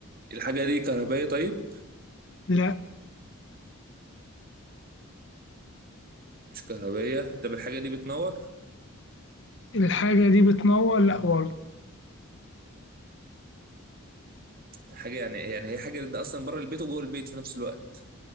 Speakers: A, on the right; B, on the left.
A: الحاجه دي كهربائيه طيب
B: لا
A: مش كهربائيه طب الحاجه دي بتنور
B: الحاجه دي بتنور لا برضه
A: حاجه يعني يعني هي حاجه ده اصلا بره البيت وجوه البيت في نفس الوقت